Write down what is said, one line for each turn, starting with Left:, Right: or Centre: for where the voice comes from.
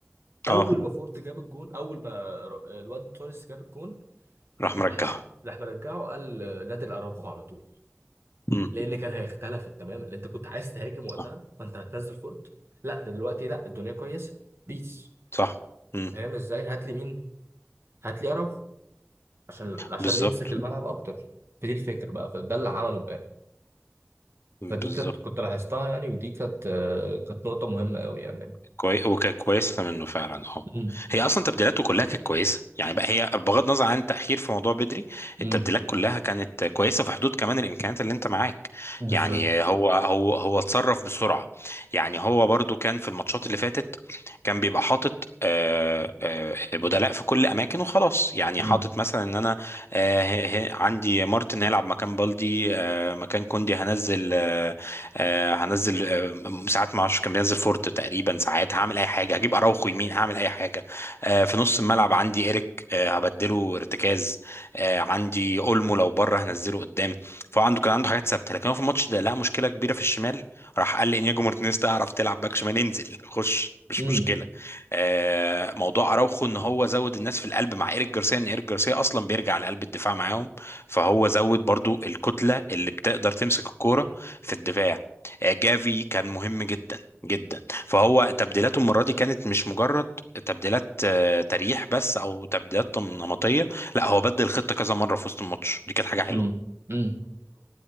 Right: اول
Left: اه
Right: ما فورت جاب الجون اول ما ر- الواد توريس جاب الجون
Left: راح مرجعه
Right: راح راح مرجعه قال آه، نادي الاراوخو على طول
Left: مم.
Right: لان كان هيختلف تماما اللي انت كنت عايز تهاجم وقتها
Left: آه.
Right: فانت هتنزل فورت لا ده دلوقتي لا الدنيا كويسه بيس
Left: صح مم.
Right: فاهم ازاي هات لي مين هات لي اراوخو عشان عشان
Left: بالظبط
Right: يمسك الملعب اكتر فدي الفكره بقى فده اللي عمله امبارح
Left: بالظبط
Right: فدي كانت كنت لاحظتها يعني ودي كانت آه، كانت نقطه مهمه قوي يعني
Left: كوي... وكانت كويسه منه فعلا اه
Right: امم
Left: هي اصلا تبديلاته كلها كانت كويسه يعني بقى هي بغض النظر عن تاخير في موضوع بدري
Right: امم
Left: التبديلات كلها كانت كويسه في حدود كمان الامكانيات اللي انت معاك
Right: بالظبط
Left: يعني هو هو هو اتصرف بسرعه يعني هو برضو كان في الماتشات اللي فاتت كان بيبقى حاطط آه، آه، بدلاء في كل اماكن وخلاص يعني
Right: امم
Left: حاطط مثلا ان انا آه، ه- ه- عندي مارتن هيلعب مكان بالدي آه، مكان كوندي هنزل آه، آه، هنزل آه، ساعات ما اعرفش كان بينزل فورت تقريبا ساعات هعمل اي حاجه هجيب اراوخو يمين هعمل اي حاجه آه، في نص الملعب عندي ايريك آه، هبدله ارتكاز آه، عندي اولمو لو بره هنزله قدام فهو عنده كان عنده حاجات ثابته لكن هو في الماتش ده لقى مشكله كبيره في الشمال راح قال لانياجو مارتينيز تعرف تلعب باك شمال انزل خش مش
Right: امم
Left: مشكله آه، موضوع اراوخو ان هو زود الناس في القلب مع ايريك جارسيا ان ايريك جارسيا اصلا بيرجع لقلب الدفاع معاهم فهو زود برضو الكتله اللي بتقدر تمسك الكوره في الدفاع جافي كان مهم جدا جدا فهو تبديلاته المره دي كانت مش مجرد تبديلات آه، تريح بس او تبديلات نمطيه لا هو بدل الخطه كذا مره في وسط الماتش دي كانت حاجه حلوه
Right: امم امم